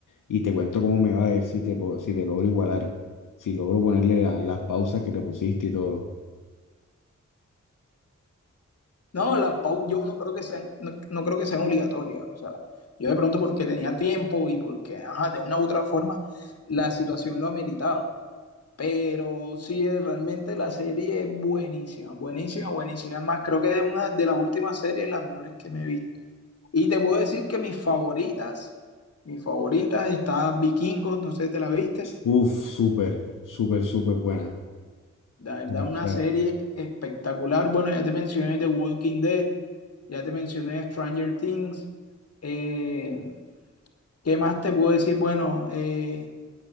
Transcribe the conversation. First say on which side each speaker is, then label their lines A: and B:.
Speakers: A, on the left; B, on the left.
A: y te cuento cómo me va a ver si te, po- si te logro igualar, si logro ponerle la- las pausas que te pusiste y todo.
B: No, las pausas yo no creo que sean, no, no creo que sean obligatorias. O sea, yo de pronto porque tenía tiempo y porque ajá, de una u otra forma la situación lo ameritaba. Pero sí, eh, realmente la serie es buenísima, buenísima, buenísima. Es más, creo que es una de las últimas series, las mejores que me he visto. Y te puedo decir que mis favoritas, mis favoritas, está Vikingos, no sé, si ¿te la viste?
A: Uf, súper, súper, súper buena.
B: La verdad,
A: Demasiado.
B: una serie espectacular. Bueno, ya te mencioné The Walking Dead, ya te mencioné Stranger Things. eh, ¿qué más te puedo decir? Bueno, eh,